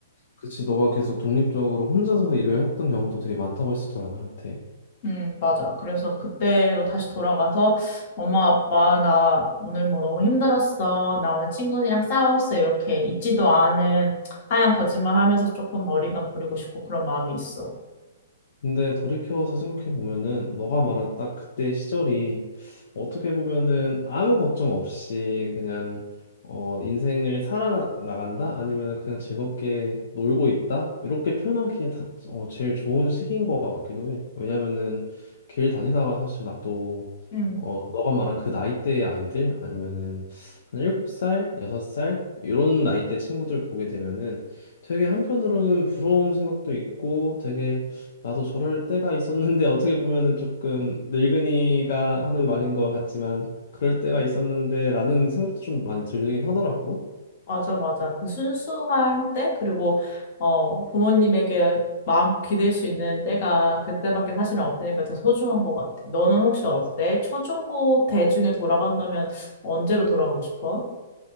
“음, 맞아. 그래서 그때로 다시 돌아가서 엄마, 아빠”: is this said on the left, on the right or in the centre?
Left